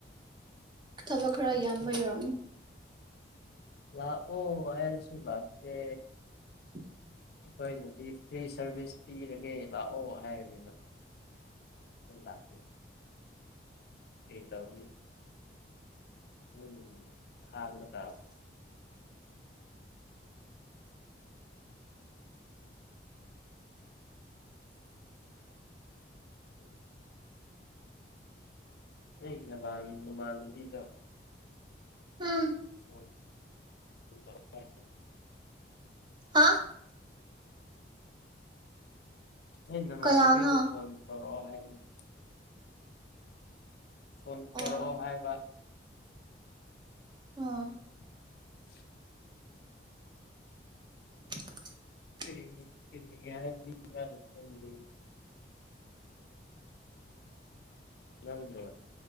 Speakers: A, on the right (about 25°); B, on the left (about 60°).
A: ꯊꯕꯛ ꯈꯔ ꯌꯥꯝꯕꯩ ꯑꯣꯏꯔꯝꯅꯤ
B: ꯂꯥꯛꯑꯣ ꯍꯥꯏꯔꯁꯨꯨ ꯂꯥꯛꯇꯦ
A: <unintelligible>
B: ꯑꯩꯈꯣꯏꯅꯗꯤ ꯐ꯭ꯔꯤ ꯁꯥꯔꯚꯤꯁ ꯄꯤꯔꯒꯦ ꯂꯥꯛꯑꯣ ꯍꯥꯏꯔꯅꯤꯅ ꯂꯥꯛ ꯑꯦ ꯇꯅꯤ ꯎꯝ ꯈꯥꯡꯕ ꯇꯥꯕꯅꯦ <inaudible> ꯅꯣꯏ ꯅꯃꯥꯟ ꯅꯥꯃꯥꯟꯅꯕꯤꯗꯣ
A: ꯎꯝ
B: <unintelligible>
A: ꯍꯥ
B: ꯅꯣꯏ ꯅꯃꯥꯟꯅꯕꯤꯗ
A: ꯀꯩ ꯍꯥꯏꯕꯅꯣ
B: ꯐꯣꯟ ꯇꯧꯔꯛꯑꯣ ꯍꯥꯏꯕꯅꯦ ꯐꯣꯟ
A: ꯑꯣ
B: ꯇꯧꯔꯛꯑꯣ ꯍꯥꯏꯕ
A: ꯑ
B: <unintelligible>
A: <unintelligible>
B: <unintelligible> ꯅꯪꯅ